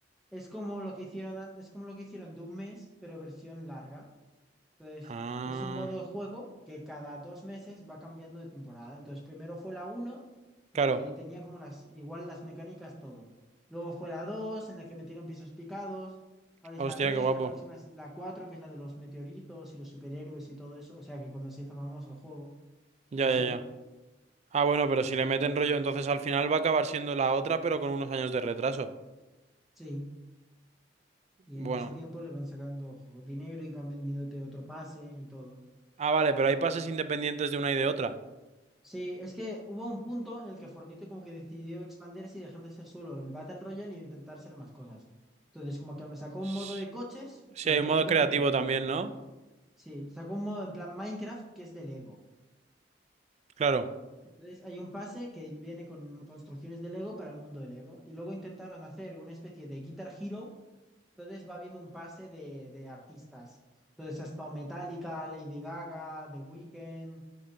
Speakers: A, in the centre; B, on the right.
A: Es como lo que hicieron, an- es como lo que hicieron de un mes, pero versión larga. Entonces,
B: Ah,
A: es un modo de juego que cada dos meses va cambiando de temporada. Entonces, primero fue la uno y
B: claro.
A: tenía como las, igual las mecánicas, todo. Luego fue la 2 en la que metieron pisos picados. Ahora es
B: Hostia,
A: la tres
B: qué guapo.
A: la próxima es la cuatro que es la de los meteoritos y los superhéroes y todo eso. O sea que cuando se hizo famoso el juego,
B: Ya,
A: y así,
B: ya, ya. Ah, bueno, pero si le meten rollo, entonces al final va a acabar siendo la otra, pero con unos años de retraso.
A: sí. Y
B: Bueno.
A: en ese tiempo le van sacando dinero y van vendiéndote otro pase y todo.
B: Ah, vale, pero hay pases independientes de una y de otra.
A: Sí, es que hubo un punto en el que Fortnite como que decidió expandirse y dejar de ser solo el Battle Royale y intentar ser más cosas. Entonces, como que sacó
B: S-
A: un modo de coches,
B: Sí,
A: pero
B: hay un
A: que
B: modo
A: le ha ido
B: creativo
A: como el culo.
B: también, ¿no?
A: Sí, sacó un modo en plan Minecraft que es de Lego.
B: Claro.
A: Entonces, hay un pase que viene con construcciones de Lego para el mundo de Lego. Y luego intentaron hacer una especie de Guitar Hero. Entonces, va habiendo un pase de, de artistas. Entonces, ha estado Metallica, Lady Gaga, The Weeknd.